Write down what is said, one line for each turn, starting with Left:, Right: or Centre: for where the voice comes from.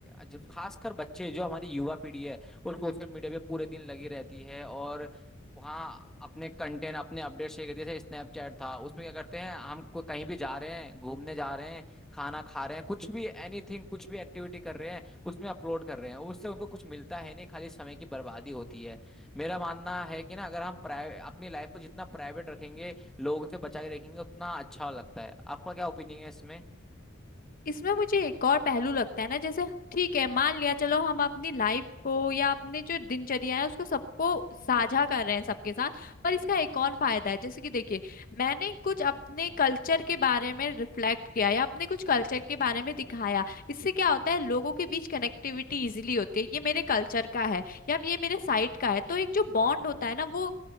Centre: जब खासकर बच्चे जो हमारी युवा पीढ़ी है वो सोशल मीडिया पे पूरे दिन लगी रहती है और वहाँ अपने कंटेंट अपने अपडेट शेयर करते जैसे स्नैपचैट था उसमें क्या करते हैं हम को- कहीं भी जा रहे हैं घूमने जा रहे हैं खाना खा रहे हैं कुछ भी एनीथिंग कुछ भी एक्टिविटी कर रहे हैं उसमें अपलोड कर रहे हैं उससे उनको कुछ मिलता है नहीं खाली समय की बर्बादी होती है मेरा मानना है कि ना अगर हम प्राइवेट अपनी लाइफ को जितना प्राइवेट रखेंगे लोगों से बचा के रखेंगे उतना अच्छा लगता है आपका क्या ओपिनियन है इसमें
Left: इसमें मुझे एक और पहलू लगता है ना जैसे ठीक है मान लिया चलो हम अपनी लाइफ को या अपने जो दिनचर्या है उसको सबको साझा कर रहे हैं सबके साथ पर इसका एक और फायदा है जैसे कि देखिए मैंने कुछ अपने कल्चर के बारे में रिफ्लेक्ट किया या अपने कुछ कल्चर के बारे में दिखाया इससे क्या होता है लोगों के बीच कनेक्टिविटी इजिली होती है ये मेरे कल्चर का है या ये मेरे साइड का है तो एक जो बॉन्ड होता है ना वो